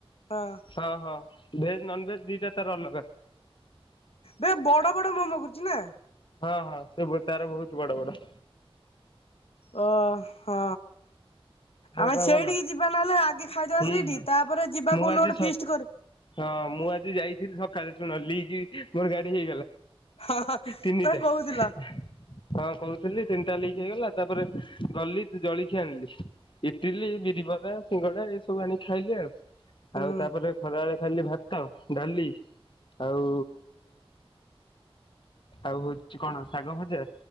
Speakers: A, on the left; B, on the left.
A: ହଁ।
B: ହଁ ହଁ ଭେଜ୍ ନନ୍ ଭେଜ୍ ଦିଟା ତାର ଅଲଗା।
A: ବେ ବଡ଼ ବଡ଼ ମୋମୋ କରୁଚିନା।
B: ହଁ ହଁ ସେତାର ବହୁତ୍ ବଡ଼ ବଡ଼।
A: ଓହଁ।
B: <inaudible>
A: ଆମେ ସେଇଠିକି
B: ଭଲ
A: ଯିବା ନହେଲେ ଆଜି ଖାଇଦବା
B: ହୁଁ
A: ସେଇଠି
B: ହୁଁ
A: ତାପରେ ଯିବା
B: ମୁଁ
A: କୋଉଦିନ
B: ଆଜି
A: ଗୋଟେ
B: ସ
A: ଫିଷ୍ଟ୍ କରି
B: ହଁ ମୁଁ ଆଜି ଯାଇଥିଲି ସକାଳେ ଶୁଣ ଲିକି ମୋଗାଡ଼ି ହେଇଗଲା
A: ହଁ ହଁ
B: ତିନିଟା।
A: ତମେ କହୁଥିଲ
B: ହଁ କହୁଥିଲି ତିନିଟା ଲିକି ହେଇଗଲା ତାପରେ ଗଲି ଜଳଖିଆ ଆଣିଲି ଇଟିଲି ବିରିିବରା ସିଙ୍ଗଡ଼ା ଏଇ ସବୁ ଆଣିକି ଖାଇଲି ଆଉ
A: ହୁଁ
B: ଆଉ ତାପରେ ଖରାବେଳେ ଖାଇଲି ଭା ଭାତ ଡାଲି ଆଉ ଆଉ ହଉଚି କଣ ଶାଗ ଭଜା